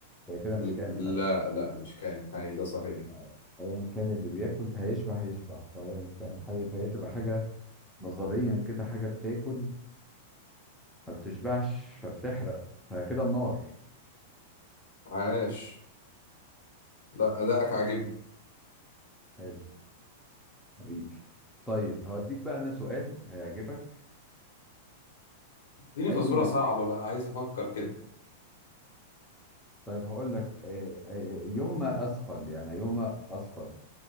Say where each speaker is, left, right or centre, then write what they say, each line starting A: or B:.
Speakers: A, in the centre; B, on the left (about 80°).
A: هي كده
B: ل-
A: مش كائن حي
B: لا لا مش كائن حي ده صحيح
A: يعني ايا كان اللي بياكل ده هيشبع هيشبع فهي مش كائن حي فهي تبقى حاجه نظريا كده حاجه بتاكل ما بتشبعش فبتحرق فكده النار
B: عاش لا أداءك عاجبني
A: حلو حبيبي طيب هوديك بقى انا سؤال هيعجبك
B: اديني
A: اي
B: فزورة صعبة بقى عايز أفكر كده
A: طيب هقول لك آه، آه، ايهما اثقل يعني ايهما اثقل